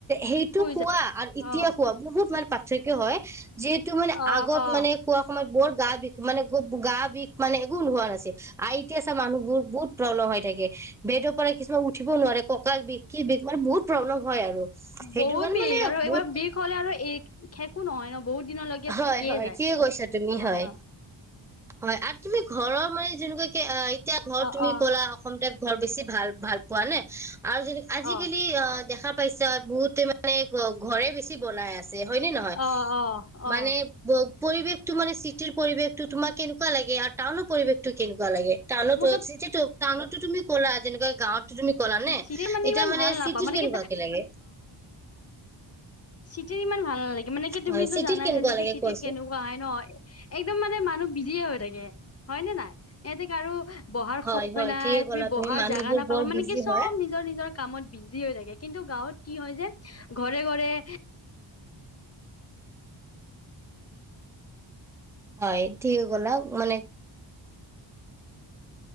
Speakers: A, in the centre; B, on the left (about 30°).
A: সেইটো
B: শুই
A: খোৱা
B: যা
A: আৰু এতিয়া
B: অ
A: খোৱা বহুত মানে পাত থাকে হয় যিহেতু মানে
B: অ
A: আগত
B: অ
A: মানে খোৱা সময়ত বৰ গা বিষ মানে গা বিষ মানে একো নোহোৱা নাছিল আই এতিয়া আচা মানুহ বোৰ বহুত প্ৰব্লেম হৈ থাকে বেদৰ পৰা কিছুমান উঠিব নোৱাৰে ককাল বিষ কি বিষ মানে বহুত প্ৰব্লেম হয় আৰু সেইটো
B: বহুত
A: কাৰণে
B: বিষ
A: মানে
B: আৰু
A: বহুত
B: এইবাৰ বিষ হ'লে আৰু খেকো নহয় ন বহুত দিনলৈকে
A: হয়
B: থাকিয়ে
A: হয়
B: যায়
A: ঠিকে কৈছা তুমি
B: অ
A: হয়
B: অ
A: হয় আৰু তুমি ঘৰৰ মানে যেনেকুৱা কে এতিয়া ঘৰত
B: অ
A: তুমি
B: অ
A: ক'লা অসমতে ঘৰ বেছি ভাল ভাল পোৱা নে? আৰু যে আজিকালি
B: অ
A: অ দেখা পাইছা বহুতে মানে ঘৰে বেছি বনাই আছে হয়নে নহয়?
B: অ অ
A: মানে
B: অ
A: ব পৰিৱেশটো মানে চিটিৰ পৰিৱেশটো তোমাৰ কেনেুৱা লাগে আৰু টাউনৰ পৰিৱেশটো কেনেকুৱা লাগে টাউনতো
B: মোৰ ত
A: চিটি টো টাউনতো তুমি কলা যেনেকা গাঁৱত তুমি কলা নে এতিয়া
B: চিৰিয়েল ইমান
A: মানে
B: ভাল নাপাওঁ
A: চিটিৰ
B: মানে
A: কেনেকুৱা
B: কি
A: কে লাগে?
B: চিটিৰ ইমান ভাল নালাগে মানে কি তুমিতটো
A: হয় চিটিৰ
B: জানাই
A: কেনেকুৱা
B: যেনেক
A: লাগে
B: চিটিত
A: কোৱাচোন
B: কেনেকুৱা হয় ন একদম মানে মানুহ বিজিয়ে হৈ থাকে হয় নে নাই ইহতেক আৰু বহাৰ
A: হয়
B: সময়
A: হয়
B: নাই
A: ঠিকে ক'লা
B: তুমি বহাৰ
A: মানুহবোৰ
B: জেগা নাপাবা
A: বৰ
B: মানে
A: বিজি
B: কি চব
A: হয়
B: নিজৰ নিজৰ কামত বিজি হৈ থাকে কিন্তু গাঁৱত কি হয় যে ঘৰে ঘৰে
A: হয় ঠিকে কলা মানে